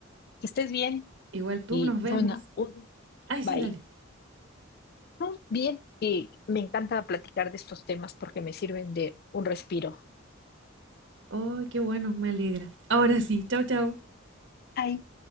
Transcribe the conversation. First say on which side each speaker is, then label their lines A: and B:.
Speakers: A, on the left; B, on the right.
A: que estés bien
B: Igual tú,
A: y
B: nos vemos.
A: fue una, un
B: Ay,
A: bye.
B: sí, dale.
A: No, bien, y me encanta platicar de estos temas porque me sirven de un respiro.
B: Ay, qué bueno, me alegra. Ahora sí, chao, chao.
A: Ay,